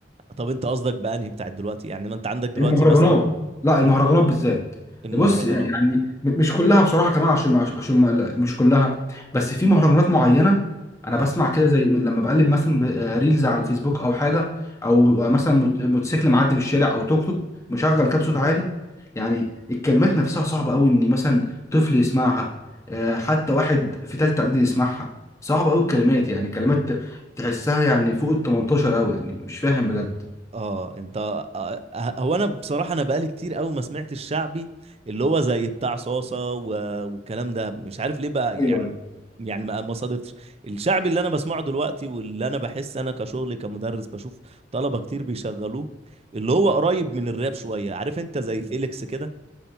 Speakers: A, on the right; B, on the left.
A: طب أنت قصدك بأنهي بتاعت دلوقتي يعني ما أنت عندك دلوقتي
B: المهرجانات
A: مثلا
B: لا المهرجانات
A: الم-
B: بالذات
A: المهرجانات
B: ده بص يعني م- مش كلها بصراحه كمان عشان عشان عشان ما- لا، مش كلها بس في مهرجانات معينه انا
A: آه
B: بسمع كده زي من- لما بقلب مثلا ب- آه، ريلز على الفيسبوك او حاجه او مثلا موت- موتوسيكل معدي في الشارع او توك توك مشغل كاب صوت عالي يعني الكلمات نفسها صعبه قوي ان مثلا طفل يسمعها آه، حتى واحد في تالتة اعدادي يسمعها صعبه قوي الكلمات يعني كلمات تحسها يعني فوق ال 18 قوي يعني مش فاهم بجد
A: اه انت آه، آه، هو انا بصراحه انا بقالي كتير قوي ما سمعت الشعبي اللي هو زي بتاع صاصه و... والكلام ده مش عارف ليه بقى
B: ايوه
A: يعني
B: ايوه
A: يعني ما ما صادفتش الشعبي اللي انا بسمعه دلوقتي واللي انا بحس انا كشغل كمدرس بشوف طلبه كتير بيشغلوه اللي هو قريب من الراب شويه عارف انت زي فيليكس كده